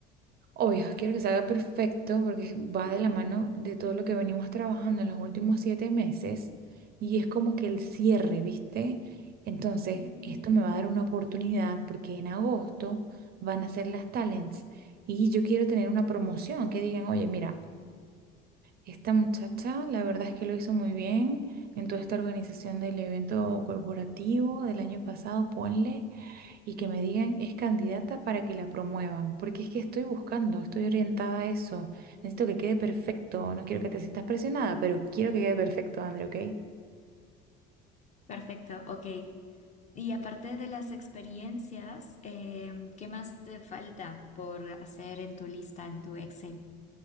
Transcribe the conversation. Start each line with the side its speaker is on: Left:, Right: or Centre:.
Right: Obvio, quiero que salga perfecto porque va de la mano de todo lo que venimos trabajando en los últimos siete meses y es como que el cierre, ¿viste? Entonces,
Left: Ujú.
Right: esto me va a dar una oportunidad porque en agosto van a ser las talents y yo quiero tener una promoción que digan, oye, mira, esta muchacha la verdad es que lo hizo muy bien en toda esta organización del evento corporativo del año pasado, ponle y que me digan es candidata para que la promuevan, porque es que estoy buscando, estoy orientada a eso. Necesito que quede perfecto, no quiero que te sientas presionada, pero quiero que quede perfecto, André, ¿ok?
Left: Perfecto, ok. Y aparte de las experiencias, em, ¿qué más te falta por hacer en tu lista, en tu Excel?